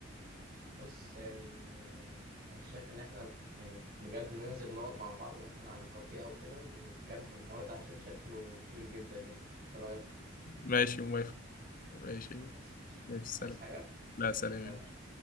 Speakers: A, on the right (about 45°); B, on the left (about 40°).
A: بص يعني انا شايف ان احنا يعني بجد ننزل نقعد مع بعض مثلا على كافيه او كده ونتكلم في الحوار ده عشان شكله طويل جدا يعني إيه رايك
B: ماشي موافق ماشي
A: خلاص ماشي
B: ماشي سلام
A: عايز حاجه
B: لا سلام
A: سلام